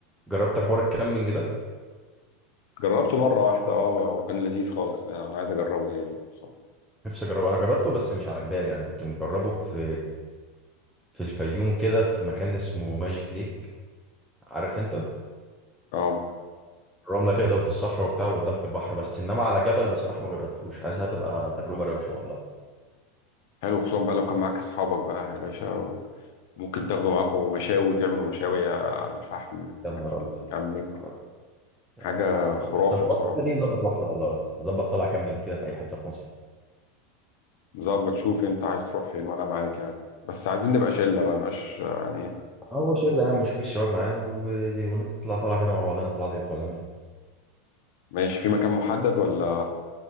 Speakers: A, in the centre; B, on the left.
A: جربت حوار الكامبينج ده
B: جربته مره واحده اه وكان لذيذ خالص انا عايز اجربه تاني صح
A: نفسي اجربه انا جربته بس مش على جبال يعني كنت مجربه في في الفيوم كده في مكان اسمه ماجيك ليك عارف انت
B: اه
A: رمله كده وفي الصحراء وبتاع وقدامك البحر بس انما على جبل بصراحه ما جربتوش حاسس هتبقى تجربه روشه والله
B: حلو خصوصا بقى لو كان معاك اصحابك بقى يا باشا وممكن تاخدوا معاكم مشاوي وتعملوا مشاوي على الفحم هناك
A: يا نهار
B: في
A: ابيض
B: الكامبينج
A: يا نهار ابيض يا
B: حاجه
A: نهار
B: خرافه
A: ابيض طب بقول
B: بصراحه
A: لك إيه، دي نظبط واحده والله نظبط طلع كامبينج كده في اي حته في مصر
B: ظبط شوف انت عايز تروح فين وانا معاك يعني بس عايزين نبقى شله بقى مبقاش يعني ايه
A: هو شله يا عم نشوف الشباب معانا و... ونطلع طلع كده مع بعضنا طلع زي بتوع زمان
B: ماشي في مكان محدد ولا